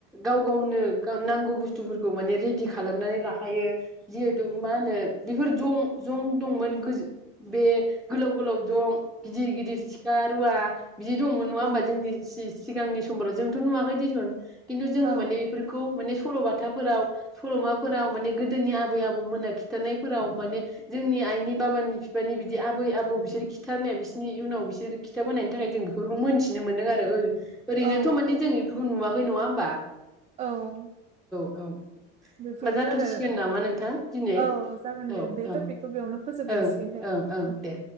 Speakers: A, in the centre; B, on the right.
A: गाव गावनो नांगौ बुस्थुफोरखौ माने रेडि खालामनानै लाखायो जिहेथु मा होनो बेफोर जं-जं दंमोन गोजो बे गोलाव गोलाव जं गिदिर गिदिर सिखा रुवा बिदि दङमोन नङा होमबा
B: औ
A: जोंनि <unintelligible> सिगांनि समफोराव जोंथ' नुवाखै दिसुन खिन्थु जोङो
B: औ
A: माने बेफोरखौ माने सल'बाथाफोराव सल'माफोराव माने गोदोनि आबै आबौमोना खिथानायफोराव माने जोंनि आइनि बाबानि बिफानि बिदि आबै आबौ बिसोर खिथानाया बिसोरनि उनाव बिसोर खिथाबोनायनि थाखाय जों बेफोरखौ मोन्थिनो मोनदों आरो ओ ओरैनोथ'
B: औ
A: माने जों इफोरखौ नुवा खै नङा होनोमबा
B: औ
A: औ
B: बेफोरनो
A: बा जाथ'सिगोन
B: आरो
A: नामा नोंथां दिनै?
B: औ जागोन
A: औ
B: दे बे
A: ओं
B: टपिकखौ बेयावनो फोजोब जासिगोन
A: ओं
B: दे।
A: ओं ओं
B: औ
A: दे।